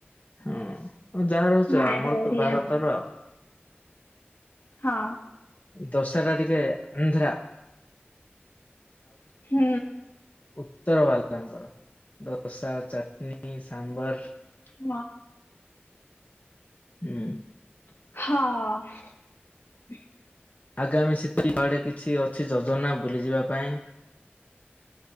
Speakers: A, on the left; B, on the left.
A: ହଁ ଆ ଯାହା ରହୁଛ
B: ନା
A: ଆଉ
B: ଏଇଟା
A: ଆମର
B: ଓଡିଆ
A: ତ ଭାରତର ଆଉ।
B: ହଁ।
A: ଦଶରା ଟିକେ ଆନ୍ଧ୍ରା
B: ହୁଁ।
A: ଉତର ବାଲାଙ୍କର ଦୋସା ଚଟନୀ ସାମ୍ବର
B: ନା
A: ହୁଁ।
B: ହଁ।
A: ଆଗାମୀ ସ୍ଥିତି କୁଆଡେ କିଛି ଅଛି ଯୋଜନା ବୁଲିଯିବା ପାଇଁ?